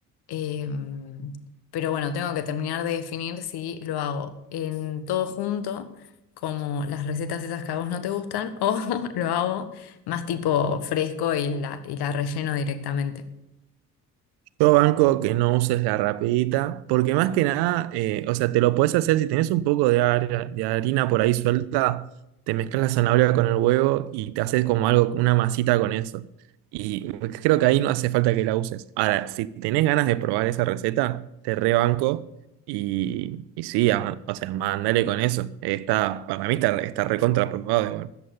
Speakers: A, on the left; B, on the right.
A: Em, pero bueno, tengo que terminar de definir si lo hago en todo junto, como las recetas esas que a vos no te gustan, <laughs> o lo hago más tipo fresco y la, y la relleno directamente.
B: Yo banco que no uses la rapidita, porque más que nada, eh, o sea, te lo puedes hacer si tenés un poco de, har- de harina por ahí suelta, te mezclas la zanahoria con el huevo y te haces como algo, una masita con eso. Y creo que ahí no hace falta que la uses. Ahora, si tenés ganas de probar esa receta, te rebanco y, y sí, a- o sea, mandale con eso. Está, para mí está, está recontra probado